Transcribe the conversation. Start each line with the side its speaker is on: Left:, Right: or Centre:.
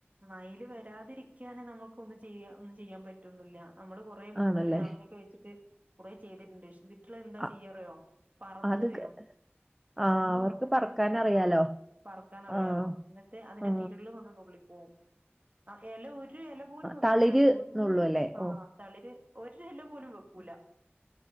Right: മയില് വരാതിരിക്കാനെ നമുക്ക് ഒന്നും ചെയ്യ ഒന്നും ചെയ്യാൻ പറ്റൊന്നില്ല നമ്മള് കൊറേ മുള്ള്
Centre: ആണല്ലേ
Right: അങ്ങനെ പേട്ച്ചിട്ട് കുറേ ചെയ്തിട്ടുണ്ട് എന്നിട്ട് എന്താ
Centre: അ-
Right: ചെയ്യാറോ പറന്ന്
Centre: അത്
Right: വരും
Centre: ക-
Right: പറന്നു
Centre: ആ അവർക്ക്
Right: വന്നിട്ട്
Centre: പറക്കാൻ അറിയാലോ
Right: ആഹ് പറക്കാൻ അറിയാലോ
Centre: ആ
Right: എന്നിട്ട് അതിന്റെ
Centre: ആ
Right: തിരുള്ള് വന്ന് നുള്ളി ഓഹ് ആ ഇല ഒരു ഇല പോലും വെക്കൂല
Centre: തളിര്
Right: ഫുള്ള്
Centre: എന്നുള്ളു അല്ലേ
Right: ആഹ്
Centre: ഓ
Right: തളിര് ഒരു ഇല പോലും വെക്കൂല